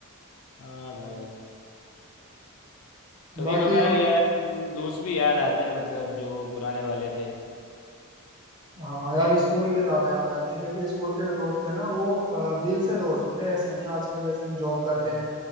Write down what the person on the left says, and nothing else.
हाँ भाई कभी
कभार यार ये दोस्त भी याद आते हैं मतलब जो पुराने वाले थे
हाँ